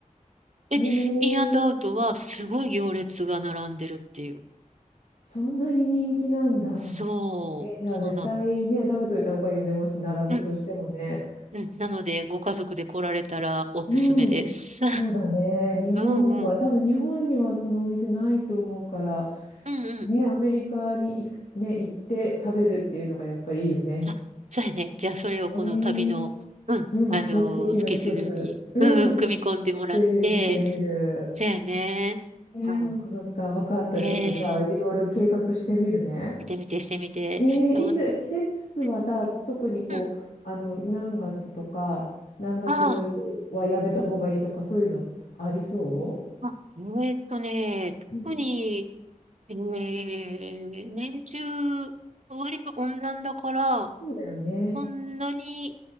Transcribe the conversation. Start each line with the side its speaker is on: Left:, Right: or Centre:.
Right: え、
Left: へえ。
Right: インアンドアウトはすごい行列が並んでるっていう。
Left: そんなに人気なんだ。
Right: そう、
Left: え、じゃあ絶対ね、
Right: そうなの。
Left: 食べといた方がいいよね。もし並ぶとしてもね。
Right: うん、うん。なので、ご家族で来られたらおすすめです。
Left: うん。
Right: <laughs>
Left: そうだね。日本には、
Right: うんうん。
Left: 多分日本にはそのお店ないと思うから、
Right: うんうん。
Left: ね、アメリカに行く、ね、行って食べるっていうのがやっぱりいいよね。
Right: あ、そうやね。じゃあ、それをこの旅の、
Left: ええ
Right: うん、
Left: うん。
Right: あのースケジュールに、
Left: 目的の一つ。うん。
Right: うんうん、組み込んでもらって、
Left: してみる、してみる。
Right: そうやね。
Left: ね、
Right: あ
Left: そっか、そっか、わかった。
Right: ええ
Left: ちょっとじゃあ、いろいろ計画してみるね。
Right: してみて、してみて。
Left: えーいつ、
Right: あおう
Left: 季節はさ、
Right: ん、
Left: 特にこう、
Right: うん。
Left: あの、何月とか、何月はやめた方がいいとか、
Right: あ
Left: そういうのありそ
Right: あ、あ、えーっとね、
Left: う
Right: 特に、えー年中、割と温暖だから、
Left: そうだよね。
Right: そんなに、